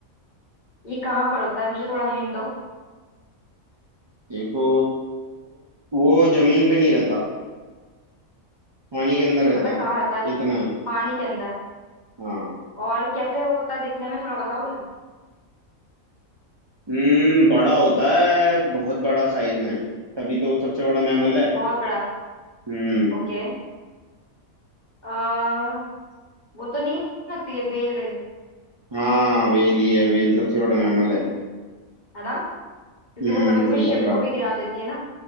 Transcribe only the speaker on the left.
ये कहाँ पर होता है मुझे थोड़ा हिंट दो
मतलब
कहाँ रहता है
पानी के अंदर
और कैसे होता है दिखने में थोड़ा बताओगे
बहुत बड़ा
ओके आ, वो तो नहीं होती है वेल वेल
है ना क्योंकि
वो कभी कभी
शिप
को भी गिरा देती है ना